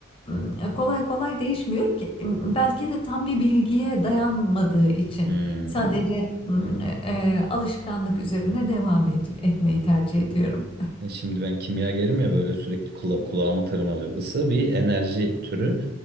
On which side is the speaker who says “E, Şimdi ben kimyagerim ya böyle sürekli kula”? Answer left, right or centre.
Right